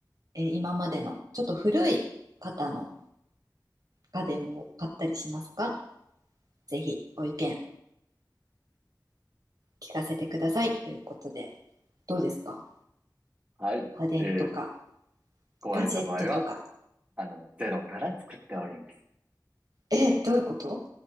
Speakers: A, on the right; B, on the right.
A: えー今までのちょっと古い方の家電を買ったりしますかぜひご意見聞かせてくださいということで、どうですか
B: はい。
A: 家電とか
B: えー壊れた場合は、
A: ガジェットとか。
B: あの、ゼロから作っております。
A: え、どういうこと